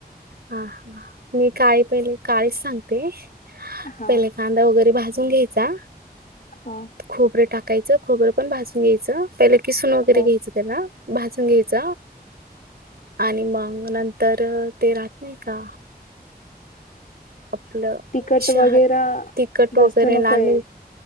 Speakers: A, on the right; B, on the left.
A: हा मी काळी पहिले काळीच सांगते
B: हा
A: पहिले कांदा वगैरे भाज घय
B: हा
A: खोबरं टाकायच खोबरं पण भाजून घ्यायचं प किसून वगैरे
B: हो
A: घ्यायचं त्याला भाजून घ्यायच आणि मग मग नंतर ते राहत नाही का आपलं
B: तिकट
A: शहा
B: वगैर
A: तिखट वगैरे
B: जास्त नको
A: लाल
B: आहे
A: मिरच